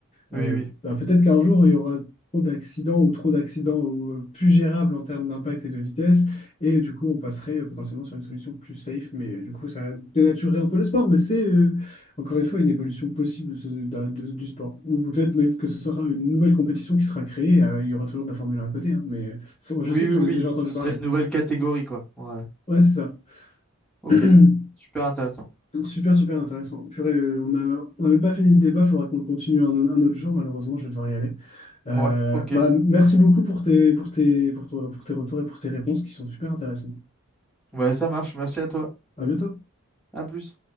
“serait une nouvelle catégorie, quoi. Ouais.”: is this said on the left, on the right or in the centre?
Centre